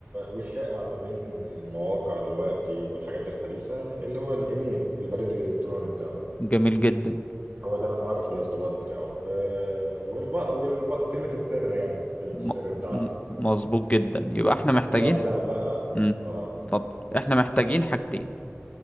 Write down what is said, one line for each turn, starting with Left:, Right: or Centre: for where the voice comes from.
Right: والشائع ما بين المواقع دلوقتي والحاجات الحديثة اللي هو الإيميل البريد الإلكتروني بتاعه
Left: جميل جدا
Right: هو ده معرف الارتباط بتاعه أه والب... والب... كلمة السر يعني كلمة
Left: م-
Right: السر بتاعته
Left: م- مظبوط جدا يبقى احنا محتاجين
Right: وأبدأ بقى
Left: امم
Right: اه
Left: اتفضل احنا محتاجين حاجتين